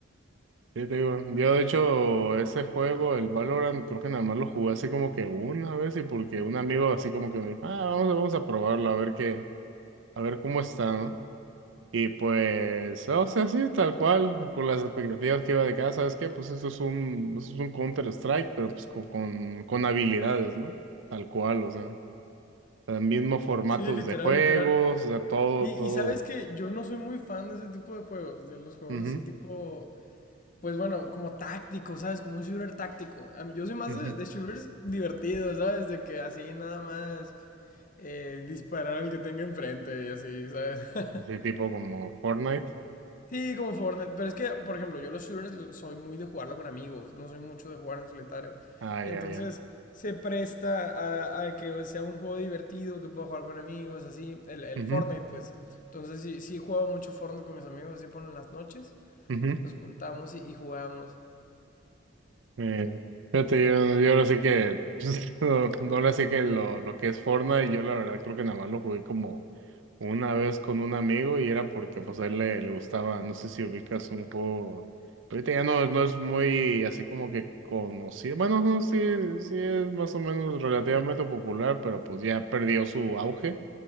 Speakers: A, on the right; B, on the left.
A: Sí, te digo, yo de hecho ese juego, el Valorant, creo que nada más lo jugué así como que una vez y porque un amigo así como que me dijo, ah, vamos, a- vamos a probarlo, a ver qué, a ver cómo está, ¿no? Y pues, o sea, sí, tal cual, con las expectativas que iba de casa, ¿sabes qué? Pues esto es un, esto es un Counter-Strike, pero pues con, con, con habilidades, ¿no? Tal cual, o sea, los mismos formatos
B: Sí, literal,
A: de juegos,
B: literal.
A: o sea, todo,
B: Y,
A: todo.
B: y sabes que yo no soy muy fan de ese tipo de juegos, de los juegos
A: Ujú,
B: así tipo, pues bueno, como táctico, ¿sabes? Como un shooter táctico. A mí- yo soy más
A: ujú.
B: de, de shooters divertidos, ¿sabes? De que así nada más eh, disparar al que tenga enfrente y así, ¿sabes? <laughs>
A: Así tipo como Fortnite.
B: sí, como Fortnite. Pero es que, por ejemplo, yo los shooters lo- soy muy de jugarlo con amigos, no soy mucho de jugar en solitario.
A: Ah,
B: Entonces,
A: ya, ya.
B: se presta a, a que sea un juego divertido, que pueda jugar con amigos, así. El, el
A: Ujú,
B: Fortnite, pues. Entonces, sí, sí juego mucho Fortnite con mis amigos, así por las noches.
A: ujú.
B: Nos juntamos y, y jugamos.
A: Eh, fíjate, yo, yo ahora sí que, <laughs> no, no, ahora sí que lo, lo que es Fortnite, yo la verdad creo que nada más lo jugué como una vez con un amigo y era porque pues a él le, le gustaba, no sé si ubicas un juego, ahorita ya no, no es muy así como que conocido, bueno, no, sí, sí es más o menos relativamente popular, pero pues ya perdió su auge,